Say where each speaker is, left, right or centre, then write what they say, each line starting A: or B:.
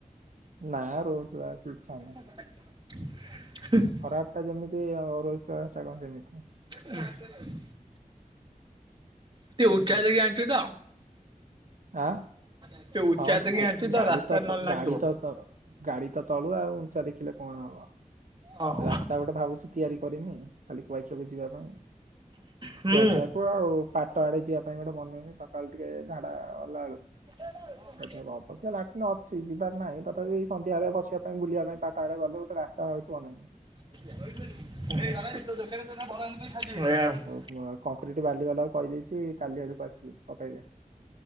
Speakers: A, on the right; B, on the right.
A: ନା ରୋଲସ ବାସ ଇଚ୍ଛା ନାହି।
B: ହୁଁ।
A: ଖରା ଟା ଯେମିତି ଆଉ ଅରୋହିତପା ଟା କଣ ସେମିତି।
B: ହ <unintelligible> ଟିକେ
A: ବୁଝିଲୁ
B: ଉଚ୍ଚା ଦେଇକି ଆଣିବ ତ?
A: ଆଁ
B: ଟିକେ ଉଚ୍ଚା
A: ହଁ
B: ଦେଖି
A: ଯେ
B: ଆଣିଛୁ
A: ଗାଡି
B: ରାସ୍ତାରେ
A: ତ ତ
B: ନହେଲେ ଲାଗିବ
A: ଗାଡି ତ ତ ଗାଡି ତ ତଳୁଆ ଉଞ୍ଚା ଦେଖିଲେ କଣ ହବ
B: ଓହୋ
A: ରାସ୍ତା ଗୋଟେ ଭାବୁଡ଼ି। ତିଆରି କରିମି ଖାଲି କୁଆଖିଆକୁ ଯିବା ପାଇଁ
B: ହୁଁ
A: କୁଆଖିଆକୁ ଆଉ ପାଟ ଆଡେ ଯିବା ପାଇଁ ଗୋଟେ ବନେଇନି ସକାଳୁ ଟିକେ ଝାଡା ଗଲା ବେଳକୁ।
B: ହ ହଁ।
A: ଅବସ୍ୟ ଲାଟିନ ଅଛି ଯିବାର ନାହିଁ ତଥାପି ସନ୍ଧ୍ୟାବେଳେ ବସିବା ପାଇଁ ବୁଲିବା ପାଇଁ ତାଙ୍କ ଆଡ଼େ ଗଲେ ମତେ ତାହା ହେଉଛି ଅନାନ।
B: ଦୋକାନ ଖାଇଲି <unintelligible>
A: ହଁ କଂକ୍ରିଟ ବାଲି ବାଲାକୁ କହିଦେଇଚି କାଲି ଆଡକୁ ଆସିକି ପକେଇବେ।